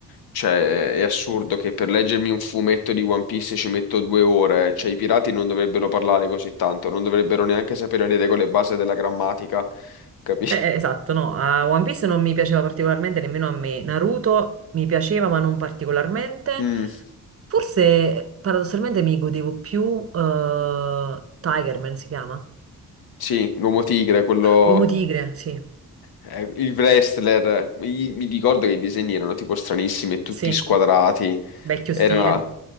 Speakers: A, on the left (about 80°); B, on the right (about 40°).
A: Cioè, è assurdo che per leggermi un fumetto di One Piece ci metto due ore. Cioè, i pirati non dovrebbero parlare così tanto, non dovrebbero neanche sapere le regole base della grammatica, capisci?
B: Eh, eh, esatto, no, a One Piece non mi piaceva particolarmente nemmeno a me. Naruto mi piaceva, ma non particolarmente.
A: <laughs>
B: Forse paradossalmente mi godevo più eh, Tigerman si chiama?
A: sì, l'uomo tigre, quello...
B: L'uomo tigre, sì,
A: eh, il wrestler. Mi, mi ricordo che i disegni erano tipo stranissimi, tutti
B: sì,
A: squadrati.
B: vecchio
A: Era...
B: stile.